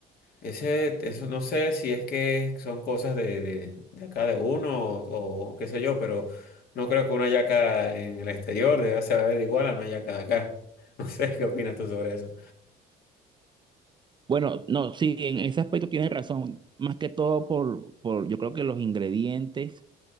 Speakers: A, on the left; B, on the right.
A: Ese, eso no sé si es que son cosas de, de, de acá de uno o, o qué sé yo, pero no creo que una yaca en el exterior deba saber igual a una yaca de acá. <laughs> No sé qué opinas tú sobre eso.
B: Bueno, no, sí, en ese aspecto tienes razón. Más que todo por, por yo creo que los ingredientes